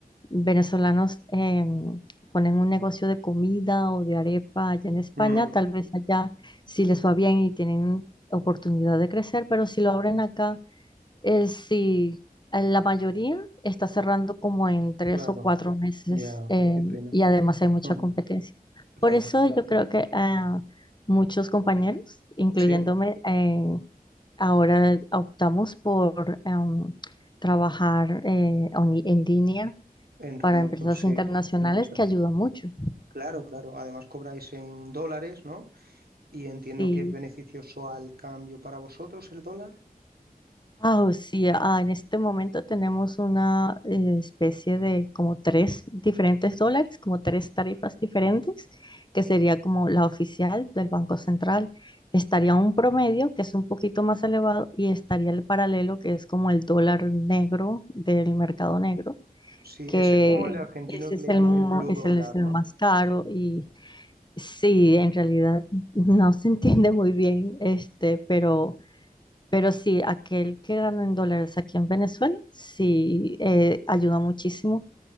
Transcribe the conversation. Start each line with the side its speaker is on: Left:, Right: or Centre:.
Left: venezolanos em, ponen un negocio de comida o de arepa allá en España,
Right: Mm,
Left: tal vez allá si les va bien y tienen oportunidad de crecer, pero si lo abren acá, eh, sí, eh, la mayoría está cerrando como en tres
Right: claro.
Left: o cuatro meses
Right: Ya,
Left: em,
Right: qué pena.
Left: y además hay mucha
Right: Ujú,
Left: competencia.
Right: Claro.
Left: Por eso yo creo que ah, muchos compañeros, incluyéndome,
Right: Sí,
Left: eh, ahora optamos por em, trabajar eh, oni- en línea
Right: en remoto,
Left: para empresas
Right: sí.
Left: internacionales
Right: Empresas.
Left: que ayuda mucho.
Right: Claro, claro. Además cobráis en dólares, ¿no? Y entiendo
Left: Sí.
Right: que es beneficioso al cambio para vosotros el dólar.
Left: Ah, o sí, ah, en este momento tenemos una eh, especie de como tres diferentes dólares, como tres tarifas diferentes, que sería como la oficial del Banco Central. Estaría un promedio que es un poquito más elevado y estaría el paralelo que es como el dólar negro del mercado negro,
Right: Sí,
Left: que
Right: ese es como el argentino
Left: ese
Right: que
Left: es
Right: le llaman
Left: el, mo-
Right: el blue
Left: es
Right: dólar,
Left: el, es el
Right: ¿no?
Left: más caro y Sí, en realidad no se <laughs> entiende muy bien, este, pero, pero sí, aquel que gana en dólares aquí en Venezuela, sí, eh, ayuda muchísimo.